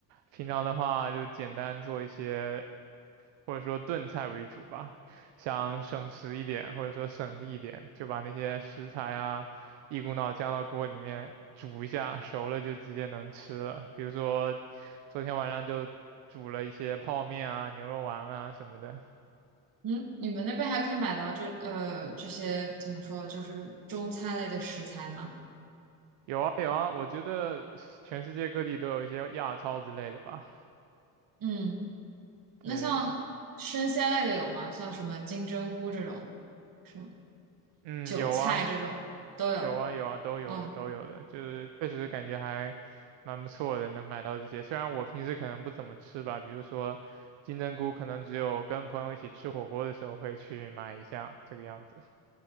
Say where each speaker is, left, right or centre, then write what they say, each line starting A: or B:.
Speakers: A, on the right; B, on the right.
A: 平常的话就简单做一些或者说炖菜为主吧，想省时一点，或者说省力一点，就把那些食材啊一股脑加到锅里面煮一下，熟了就直接能吃了。比如说昨天晚上就煮了一些泡面啊、牛肉丸啊什么的。
B: 嗯，你们那边还可以买到这呃这些怎么说，就是中餐类的食材吗？
A: 有啊有啊，我觉得全世界各地都有一些亚超之类的吧。
B: 嗯，
A: 对，
B: 那像生鲜类的有吗？像什么金针菇这种，什么
A: 嗯，
B: 韭菜这种都有。
A: 有啊。有啊有啊，都有的都有的，
B: 嗯。
A: 就是确实感觉还蛮不错的，能买到这些。虽然我平时可能不怎么吃吧，比如说金针菇，可能只有跟朋友一起吃火锅的时候会去买一下，这个样子。